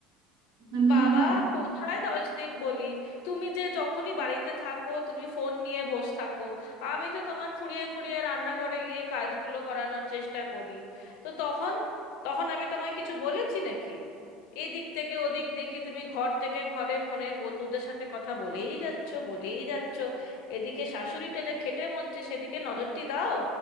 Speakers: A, on the right; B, on the left.
A: আপনার মেয়ে
B: বাবা
A: হলো
B: কোথায় দশ দিন বলি তুমি যে যখনই বাড়িতে থাকো তুমি ফোন নিয়ে বসে থাকো আমি তো তোমার খুঁড়িয়ে খুঁড়িয়ে রান্নাঘরে গিয়ে কাজগুলো করানোর চেষ্টা করি তো তখন তখন আমি তোমায় কিছু বলেছি নাকি এদিক থেকে ওদিক দেখি তুমি ঘর থেকে ঘরে ফোনে বন্ধুদের সাথে কথা বলেই যাচ্ছ বলেই যাচ্ছ এদিকে শাশুড়িটা যে খেটে মরছে সেদিকে নজরটি দাও